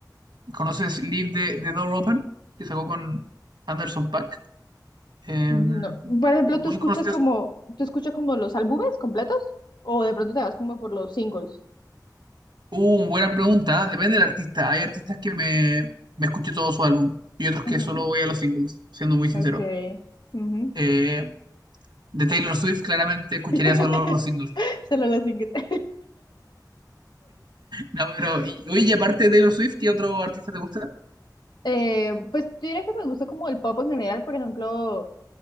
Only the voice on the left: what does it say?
No. Por ejemplo,
¿tú escuchas
como, tú escuchas como los álbumes completos? ¿O de pronto te vas como por los singles?
Ujú.
Ok. Ujú.
<laughs>
Solo los singles. <laughs>
Eh, pues yo diría que me gusta como el pop en general, por ejemplo,